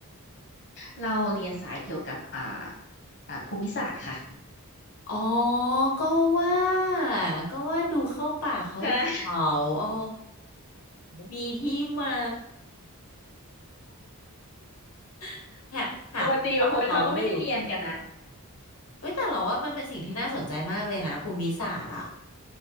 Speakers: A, on the left; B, on the left.
A: เราเรียนสายเกี่ยวกับอ่าอ่าภูมิศาสตร์ค่ะ
B: อ๋อก็ว่าก็ว่าดูเข้าป่าเขาเขาอ๋อ
A: ค่ะ
B: มีที่มา <laughs> หาหาความสอดคล้องอยู่
A: ปกติคนเขาก็ไม่ได้เรียนกันนะ
B: เฮ้ยแต่เราว่ามันเป็นสิ่งที่น่าสนใจมากเลยนะภูมิศาสตร์อ่ะ